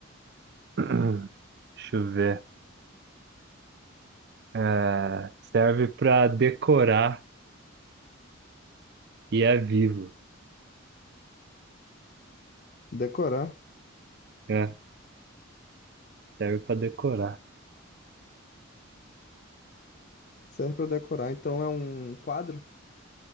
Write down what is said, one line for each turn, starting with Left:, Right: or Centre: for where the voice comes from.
Right: <clears throat> Deixa eu ver. É, serve pra decorar e é vivo.
Left: Decorar.
Right: né? Serve pra decorar.
Left: Serve pra decorar. Então é um quadro?